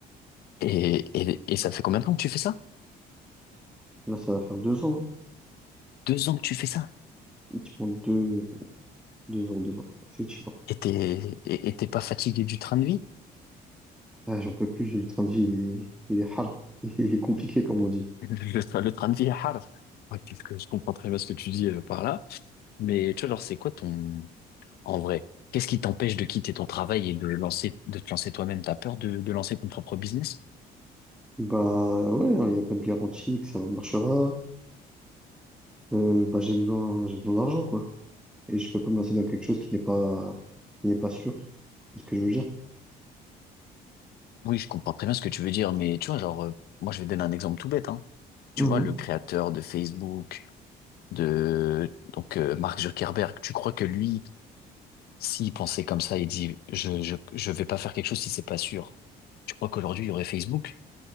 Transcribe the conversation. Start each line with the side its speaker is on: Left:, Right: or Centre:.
Left: et, et ça fait combien de temps que tu fais ça?
Centre: Là, ça va faire deux ans.
Left: Deux ans que tu fais ça.
Centre: Effectivement, deux, deux ans, deux ans. Effectivement.
Left: Et t'es, et et t'es pas fatigué du train de vie?
Centre: Ah, j'en peux plus, le train de vie, il est, il est hard. <laughs> Il est compliqué, comme on dit.
Left: <laughs> Le, le train le train de vie est hard. Ok, je comprends très bien ce que tu dis euh, par là. Mais tu vois, genre, c'est quoi ton... En vrai, qu'est-ce qui t'empêche de quitter ton travail et de lancer, de te lancer toi-même? T'as peur de, de lancer ton propre business?
Centre: Bah, ouais, hein, il n'y a pas de garantie que ça marchera. Euh, bah, j'ai besoin, j'ai besoin d'argent, quoi. Et je peux pas me lancer dans quelque chose qui n'est pas, qui n'est pas sûr. C'est ce que je veux dire.
Left: Oui, je comprends très bien ce que tu veux dire, mais tu vois, genre, euh, moi, je vais te donner un exemple tout bête, hein. Tu
Centre: Mhm.
Left: vois, le créateur de Facebook, de, donc, euh, Mark Zuckerberg, tu crois que lui, s'il pensait comme ça, il dit, je, je, je vais pas faire quelque chose si c'est pas sûr. Tu crois qu'aujourd'hui, il y aurait Facebook?